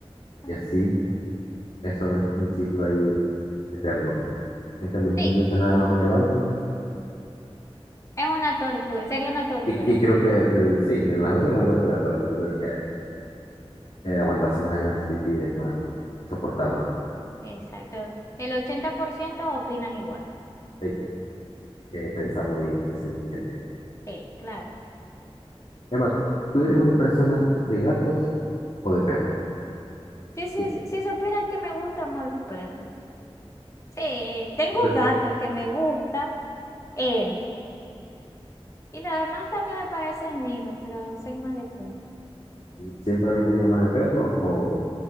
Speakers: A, on the left; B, on the left.
A: ay,
B: Y así, eso es un ciclo ahí eterno. En cambio, si
A: Sí,
B: simplemente nada más me levanto,
A: es una tortura. Sería una tortura.
B: y, y creo que eh, sí, en las dos se levanta toda, pero creo creo que eh, aguantarse las ganas de pipí es más soportable.
A: Exacto. El 80% opinan igual.
B: Sí, hay que pensarlo bien, que es inteligente.
A: Sí, claro.
B: Emma, ¿tú eres una persona de gatos o de perros?
A: Sí, sí,
B: Sí,
A: sí, sí, supieras que me gustan más los perros. Sí, tengo
B: sí, pues,
A: un gato que me gusta. él Y los demás también me parecen lindos, pero soy más de perro.
B: ¿siempre habéis tenido más de perros o